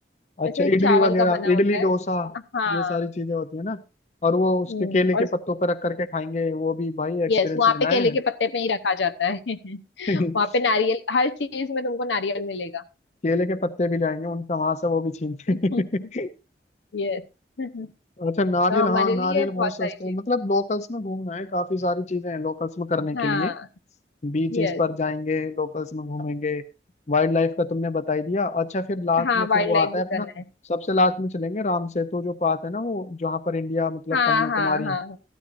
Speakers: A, on the left (about 40°); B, on the left (about 85°).
A: अच्छा
B: ऐसे
A: इडली
B: चावल
A: वगैरह
B: का बना
A: इडली
B: होता है
A: डोसा
B: हाँ
A: ये सारी चीजें होती है ना और वो उसके
B: हम्म
A: केले के
B: और
A: पत्तों पर रख करके खाएंगे वो भी भाई एक्सपीरियंस
B: यस वहां
A: लेना
B: पे
A: है
B: केले के पत्ते पे ही रखा जाता है <laughs>
A: <laughs>
B: वहां पे नारियल हर चीज में तुमको नारियल मिलेगा
A: केले के पत्ते भी लाएंगे उनका वहां से वो भी छीन
B: <laughs>
A: के
B: यस <laughs>
A: <laughs> अच्छा नारियल
B: तो हमारे
A: हाँ
B: लिए
A: नारियल बहुत
B: बहुत
A: सस्ते
B: सारी चीज
A: हैं मतलब लोकल्स में घूमना है काफी सारी चीजें हैं लोकल्स में करने के
B: हाँ
A: लिए बीचेस
B: यस
A: पर जाएंगे लोकल्स में घूमेंगे वाइल्ड लाइफ का तुमने बता ही दिया अच्छा फिर लास्ट
B: हाँ
A: में
B: वाइल्ड
A: फिर वो
B: लाइफ
A: आता
B: भी
A: है
B: करना
A: अपना
B: है
A: सबसे लास्ट में चलेंगे राम सेतु जो पास है ना वो जहाँ पर इंडिया मतलब
B: हाँ
A: कन्याकुमारी
B: हाँ हाँ हाँ